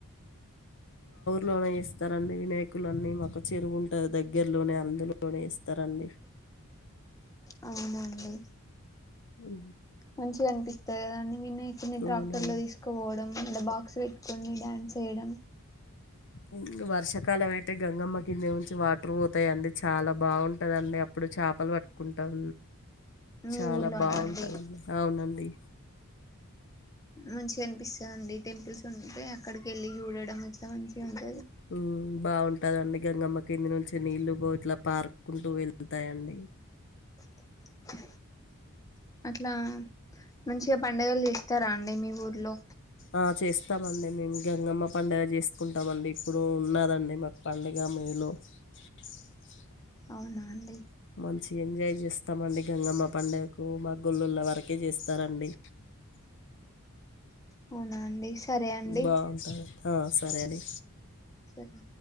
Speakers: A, on the left; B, on the left.
A: లోనే ఇస్తారండి వినాయకులన్నీ మాకు చెరువు ఉంటాది దగ్గరలోనే అందులోనే ఇస్త త్తరండి
B: అవునా అండి
A: ఉ
B: మంచిగా అనిపిస్తాయి కదండి వినాయకుని ట్రాక్టర్
A: అవునండి
B: లో తీసుకుపోవడం ఇల బాక్స్ పెట్టుకుని డ్యాన్స్ వేయడం
A: ఉ వర్షాకాలం అయితే గంగమ్మ కిందె నుంచి వాటర్ పోతాయి అండి చాలా బాగుంటదిండి అప్పుడు చేపలు పట్టుకుంటాం
B: మీ
A: చాలా
B: ఊర్లోనా
A: బాగుంటుందండి
B: అండి
A: అవునండి
B: మంచిగా అనిపిస్తదండి టెంపుల్స్ ఉంటే అక్కడికి వెళ్ళి చూడడం ఇట్లా మంచిగా ఉ
A: మ్మ్ బాగు ఉంటదండి గంగమ్మ కింది నుంచి నీళ్లు ఇట్లా పారుకుంటూ వెళ్తాయి అండి
B: అ అట్లా మంచిగా పడుగలు చేస్తారా అండి మీ ఊర్లో
A: ఆ చేస్తామండి మేము గంగమ్మ పండుగ చేసుకుంటామండి ఇప్పుడు ఉన్నాదండి ఇమకు పాలడగా మరిళలో <unintelligible>
B: అవునా అండి
A: మంచి ఎంజాయ్ చేస్తామండి గంగమ్మ పండగకు మా గొళ్ళుళ వరకే చేస్తారండి
B: అవునా అండి సరే అండి
A: బాగుంటుంది ఆ సరే అండి
B: సరే